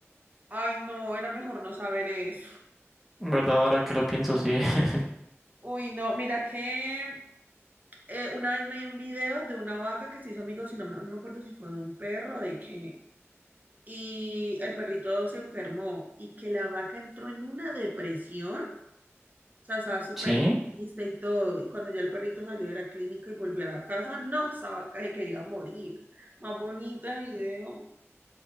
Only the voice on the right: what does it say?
Ay, no, era mejor no saber eso.
Uy, no, mira que eh, una vez me dio un video de una vaca que se hizo amigos y no me, no me acuerdo si fue de un perro, de que y el perrito se enfermó y que la vaca entró en una depresión, o sea, estaba súper
triste y todo, y cuando ya el perrito salió de la clínica y volvió a la casa, no, esa vaca se quería morir. Más bonito el video.